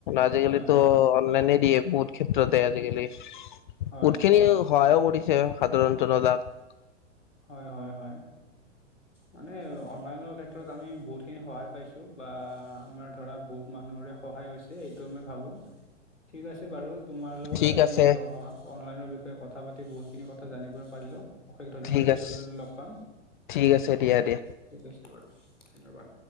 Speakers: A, on the left; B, on the left.
A: আজিকালিত-
B: হয় হয়
A: অনলাইনে দিয়ে বহুত ক্ষেত্ৰতে আজিকালি,
B: হয়
A: বহুত খিনি সহায় কৰিছে। সাধাৰণ জনতাক-
B: হয় হয় হয়। মানে অনলাইনৰ ক্ষেত্ৰত আমি বহুতখিনি সহায় পাইছো, বা আমাৰ ধৰা বহুত মানুহৰে সহায় হৈছে। এইটো মই ভাবো ঠিক আছে বাৰু তোমাৰ লগত
A: ঠিক
B: আজি
A: আছে
B: অনলাইনৰ বিষয়ে কথা পাতি বহুতখিনি কথা জানিব পাৰিলোঁ। অশেষ ধন্যবাদ
A: ঠিক
B: পিছলৈ
A: আছে
B: লগ পাম।
A: ঠিক আছে দিয়া দিয়া
B: ঠিক আছে বাৰু ধন্যবাদ।